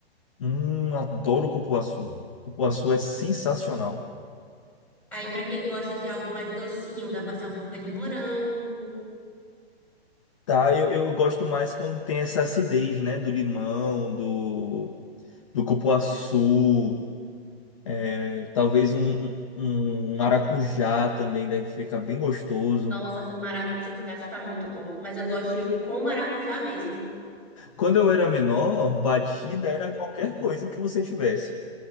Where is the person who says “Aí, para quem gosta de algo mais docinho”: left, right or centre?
Centre